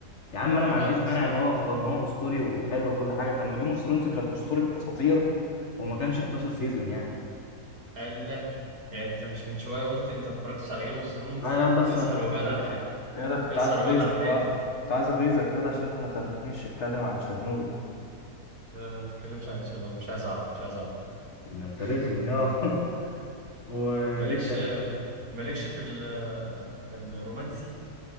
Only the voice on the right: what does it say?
لا
الصراحة
لا يعني انت مش من شوية قلت انت ما اتفرجتش على جيم اوف ثرونز
اظهر
وبان على
حقك
اظهر
وبان على حقيقتك
لا لا ما تتكلمش عن تشيرنوبل مش عايز اعرف مش عايز اعرف
<laughs>
مالكش
مالكش في ال... الرومانسي